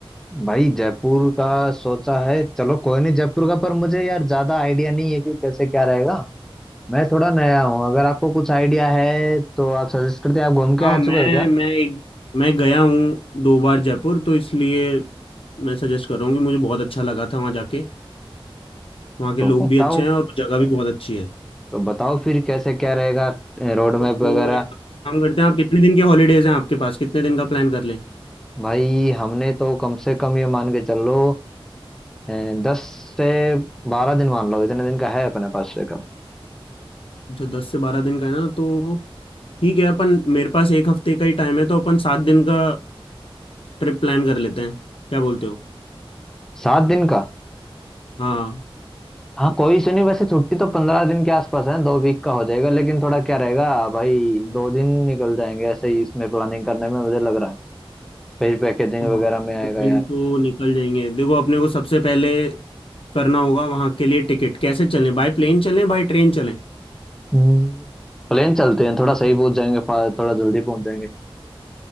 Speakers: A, in the centre; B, on the left (about 70°).
A: भाई जयपुर का सोचा है चलो कोई नहीं जयपुर का पर मुझे यार ज्यादा आइडिया नहीं है कि कैसे क्या रहेगा मैं थोड़ा नया हूँ अगर आपको कुछ आइडिया है तो आप सजेस्ट करते हैं। आप घूम के
B: हाँ
A: आ चुके
B: मैं
A: हो क्या
B: मैं एक मैं गया हूँ दो बार जयपुर तो इसलिए मैं सजेस्ट कर रहा हूँ कि मुझे बहुत अच्छा लगा था वहाँ जाके वहाँ के
A: तो
B: लोग
A: बताओ
B: भी अच्छे हैं और जगह भी बहुत अच्छी है
A: तो बताओ फिर कैसे क्या रहेगा रोड
B: तो
A: मैप वगैरह
B: वो एक काम करते हैं आप कितने दिन के हॉलीडेज हैं आपके पास कितने दिन का प्लान कर लें
A: भाई हमने तो कम से कम ये मान के चल लो अ, दस से बारह दिन मान लो इतने दिन का है अपने पास ब्रेकअप
B: जो दस से बारह दिन का है ना तो ठीक है अपन मेरे पास एक हफ्ते का ही टाइम है तो अपन सात दिन का ट्रिप प्लान कर लेते हैं क्या बोलते हो
A: सात दिन का
B: हाँ
A: हाँ कोई इशू नहीं वैसे छुट्टी तो पंद्रह दिन के आसपास है दो वीक का हो जाएगा लेकिन थोड़ा क्या रहेगा भाई दो दिन निकल जाएंगे ऐसे ही इसमें प्लानिंग करने में मुझे लग रहा है फिर पैकेजिंग
B: हाँ
A: वगैरह में आएगा
B: दो दिन
A: यार
B: तो निकल जाएंगे देखो अपने को सबसे पहले करना होगा वहाँ के लिए टिकट कैसे चलें बाय प्लेन चलें बाय ट्रेन चलें
A: हम्म, प्लेन चलते हैं थोड़ा सही पहुंच जाएंगे फा- थोड़ा जल्दी पहुंच जाएंगे